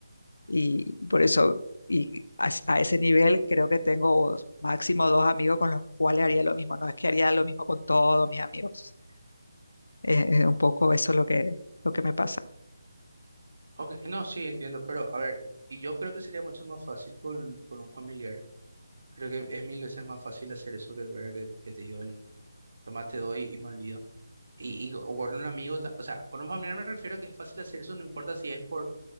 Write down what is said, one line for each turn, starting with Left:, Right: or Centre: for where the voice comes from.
Left: Y por eso, y a, es- a ese nivel creo que tengo máximo dos amigos con los cuales haría lo mismo. No es que haría lo mismo con todos mis amigos. Eh, eh, un poco eso es lo que, lo que me pasa.
Right: Ok, No, sí, entiendo, pero a ver, y yo creo que sería mucho más fácil con, con un familiar. Creo que es mil veces más fácil hacer eso que, ¿verdad? que, que te digo el tomás te doy y me olvido. Y, y co- o con un amigo, ta- o sea, con un familiar me refiero a que es fácil hacer eso, no importa si es por,